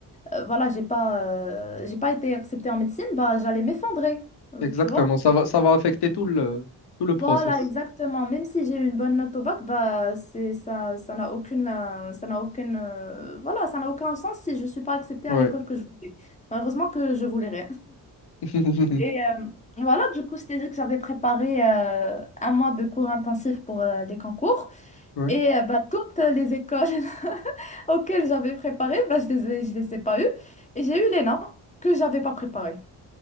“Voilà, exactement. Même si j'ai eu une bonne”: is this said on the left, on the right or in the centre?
Left